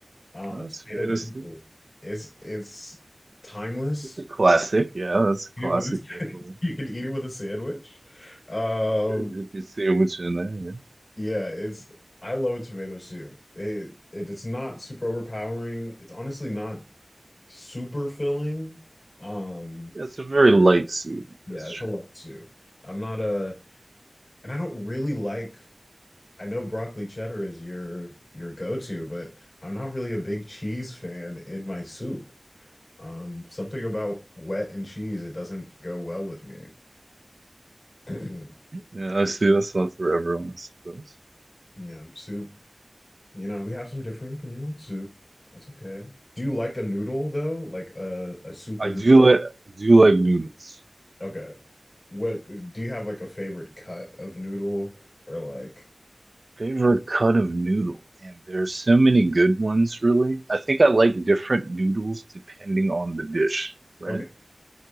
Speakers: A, on the left; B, on the right.
A: Uh,
B: Oh,
A: a tomato
B: tomato soup.
A: basil. It's it's timeless.
B: It's a classic. Yeah, that's a
A: eat
B: classic,
A: it with a,
B: definitely.
A: <laughs> you can eat it with a sandwich. Um,
B: Yeah, dip your sandwich in there. Yeah.
A: yeah, it's I love a tomato soup. It it- it's not super overpowering. It's honestly not super filling. Um,
B: Yeah, it's a very light soup.
A: yeah,
B: That's
A: it's
B: true.
A: a lot of soup. I'm not a and I don't really like I know broccoli cheddar is your your go-to, but I'm not really a big cheese fan in my soup. Um, something about wet and cheese, it doesn't go well with me. <clears throat>
B: Yeah, I see. That's not for everyone, I suppose.
A: Yeah, soup. You know, we have some differing opinion on soup. That's okay. Do you like a noodle though? Like a a soup
B: I
A: with
B: do
A: an
B: like do like noodles.
A: okay. What do you have like a favorite cut of noodle or like
B: Favorite cut of noodle. Man, there's so many good ones, really. I think I like different noodles depending on the dish, right?
A: okay.